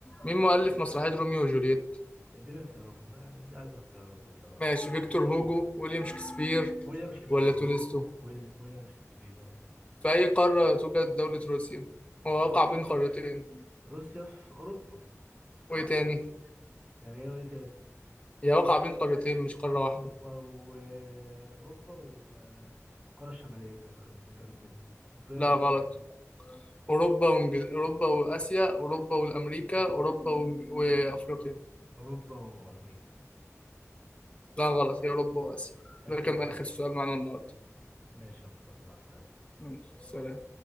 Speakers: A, on the left; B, on the right.
A: مين مؤلف مسرحية روميو وجولييت
B: اديني اختيارات بقى، يعني انت عايز اختيارات بصراحة
A: ماشي فيكتور هوجو ويليام شكسبير
B: ويليام شكسبير
A: ولا تولستو
B: ويل... ويل... ويليام شكسبير هو
A: في أي قارة توجد دولة روسيا هو واقع
B: روسيا
A: بين قارتين
B: روسيا في أوروبا
A: وإيه تاني
B: يعني ايه وايه تاني
A: هي واقع بين قارتين مش قارة واحدة
B: وأوروبا و... وأوروبا و- والقارة الشمالية دي المتجمدة القطبية
A: لا
B: الشمالية
A: غلط أوروبا وإنجل... أوروبا وآسيا أوروبا والأمريكا أوروبا وإنج... وأفريقيا
B: أوروبا وأمريكا
A: لا غلط هي أوروبا وآسيا
B: آسيا
A: ده كان
B: إزاي
A: آخر سؤال معانا النهاردة
B: ماشي يا مصطفى مع السلامة
A: ماشي سلام